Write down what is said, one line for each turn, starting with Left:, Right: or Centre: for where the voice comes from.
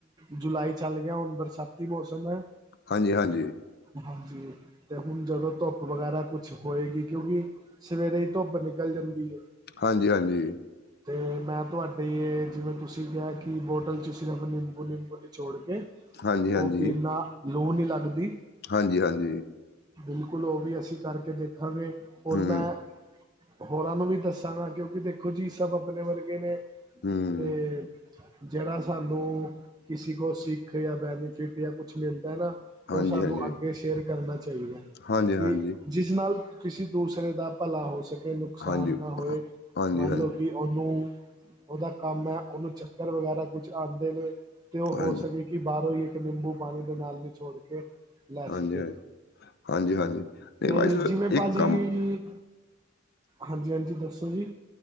Right: ਜੁਲਾਈ ਚੱਲ ਗਿਆ ਹੁਣ ਬਰਸਾਤੀ ਮੌਸਮ ਹੈ
Left: ਹਾਂਜੀ ਹਾਂਜੀ
Right: ਹਾਂਜੀ ਤੇ ਹੁਣ ਜਦੋਂ ਧੁੱਪ ਵਗੈਰਾ ਕੁਛ ਹੋਏਗੀ ਕਿਉਂਕਿ ਸਵੇਰੇ ਹੀ ਧੁੱਪ ਨਿਕਲ ਜਾਂਦੀ ਹੈ।
Left: ਹਾਂਜੀ -ਹਾਂਜੀ
Right: ਅਤੇ ਮੈਂ ਤੁਹਾਡੀ ਇਹ ਜਿਵੇਂ ਤੁਸੀਂ ਕਿਹਾ ਕਿ ਬੋਟਲ 'ਚ ਸਿਰਫ ਨਿੰਬੂ- ਨਿੰਬੂ ਨਿਚੋੜ ਕੇ
Left: ਹਾਂਜੀ ਹਾਂਜੀ
Right: ਉਹ ਪੀਨਾ ਨਾਲ ਲੂ ਨਹੀਂ ਲੱਗਦੀ।
Left: ਹਾਂਜੀ -ਹਾਂਜੀ
Right: ਬਿਲਕੁਲ ਉਹ ਵੀ ਅਸੀਂ ਕਰਕੇ ਦੇਖਾਂਗੇ ਹੋਰ
Left: ਹੂੰ
Right: ਮੈਂ ਹੋਰਾਂ ਨੂੰ ਵੀ ਦੱਸਾਂਗਾ ਕਿਉਂਕਿ ਦੇਖੋ ਜੀ ਸਭ ਆਪਣੇ ਵਰਗੇ ਨੇ
Left: ਹੂੰ
Right: ਤੇ ਜਿਹੜਾ ਸਾਨੂੰ ਕਿਸੇ ਕੋਲ ਸਿੱਖ ਜਾਂ ਬੈਨੀਫਿਟ ਜਾਂ ਕੁਛ ਮਿਲਦਾ ਨਾ
Left: ਹਾਂਜੀ
Right: ਉਹ ਸਾਨੂੰ
Left: ਹਾਂਜੀ
Right: ਅੱਗੇ ਸ਼ੇਅਰ ਕਰਨਾ ਚਾਹੀਦਾ ਹੈ
Left: ਹਾਂਜੀ
Right: ਕਿ
Left: ਹਾਂਜੀ
Right: ਜਿਸ ਨਾਲ ਕਿਸੇ ਦੂਸਰੇ ਦਾ ਭਲਾ ਹੋ ਸਕੇ ਨੁਕਸਾਨ
Left: ਹਾਂਜੀ
Right: ਨਾ ਹੋਏ
Left: ਹਾਂ, ਹਾਂਜੀ
Right: ਮੰਨ
Left: ਹਾਂਜੀ
Right: ਲਓ ਕਿ ਉਹਨੂੰ ਉਹਦਾ ਕੰਮ ਹੈ ਉਹਨੂੰ ਚੱਕਰ ਵਗੈਰਾ ਕੁਛ ਆਉਂਦੇ ਨੇ ਤੇ ਉਹ ਹੋ
Left: ਹਾਂਜੀ ਹਾਂਜੀ
Right: ਸਕੇ ਕਿ ਬਾਹਰੋਂ ਹੀ ਇੱਕ ਨਿੰਬੂ ਪਾਣੀ ਦੇ ਨਾਲ ਨਛੋੜ ਕੇ ਲੈ
Left: ਹਾਂਜੀ
Right: ਸਕੇ
Left: ਹਾਂਜੀ ਹਾਂਜੀ। ਨਹੀਂ
Right: ਤੇ
Left: ਭਾਈ ਸਾਹਿਬ,
Right: ਜੀਵੇ
Left: ਇੱਕ
Right: ਭਾਜੀ
Left: ਕੰਮ
Right: ਹਾਂਜੀ ਹਾਂਜੀ ਦੱਸੋ ਜੀ